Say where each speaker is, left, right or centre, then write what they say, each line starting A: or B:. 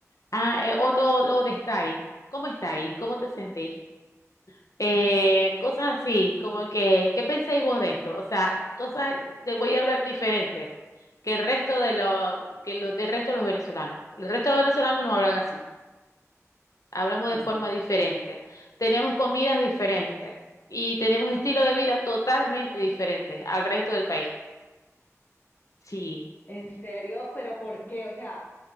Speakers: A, on the left; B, on the left.
A: ah, eh, o, o, o de está ahí. ¿Cómo está ahí? ¿Cómo te sentís? eh, cosas así, como que, ¿qué pensáis vos de esto? O sea, cosas, te voy a hablar diferente que el resto de los, que los, del resto de los venezolanos. El resto de los venezolanos no hablan así, hablamos
B: sí.
A: de forma diferente, tenemos comidas diferentes y tenemos estilo de vida totalmente diferentes al resto del país. Sí,
B: ¿En serio? ¿Pero por qué? O sea,